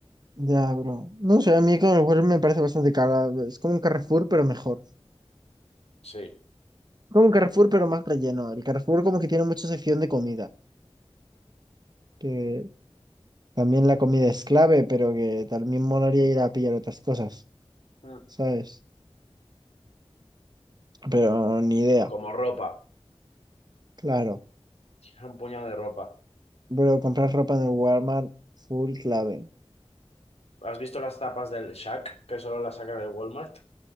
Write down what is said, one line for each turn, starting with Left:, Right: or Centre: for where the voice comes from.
Right: Ya, bro. No sé, a mí con el Walmart me parece bastante cara. Es como un Carrefour, pero mejor.
Left: Sí.
Right: Como un Carrefour, pero más relleno. El Carrefour como que tiene mucha sección de comida, que también la comida es clave, pero que también molaría ir a pillar otras cosas,
Left: Mm.
Right: ¿sabes? Pero ni idea,
Left: Como ropa.
Right: claro.
Left: <laughs> Un puñado de ropa.
Right: Bro, comprar ropa en el Walmart, full clave.
Left: ¿Has visto las tapas del Shaq, que solo las sacan del Walmart?